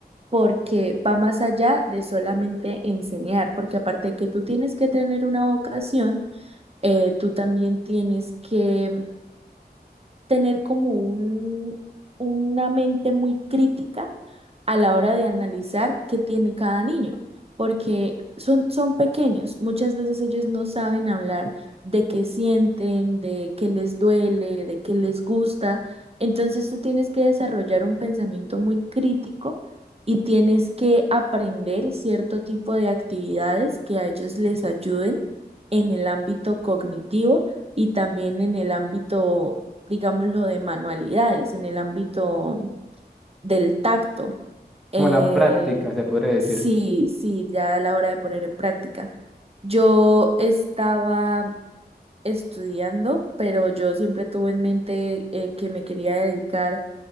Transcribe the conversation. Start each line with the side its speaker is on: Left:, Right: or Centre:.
Right: porque va más allá de solamente enseñar, porque aparte de que tú tienes que tener una vocación, eh, tú también tienes que tener como un, una mente muy crítica a la hora de analizar qué tiene cada niño, porque son, son pequeños, muchas veces ellos no saben hablar de qué sienten, de qué les duele, de qué les gusta, entonces tú tienes que desarrollar un pensamiento muy crítico. Y tienes que aprender cierto tipo de actividades que a ellos les ayuden en el ámbito cognitivo y también en el ámbito digamos, lo de manualidades en el ámbito del tacto. Eh,
Centre: Como la práctica, se podría decir.
Right: sí, sí, ya a la hora de poner en práctica. Yo estaba estudiando, pero yo siempre tuve en mente eh, que me quería dedicar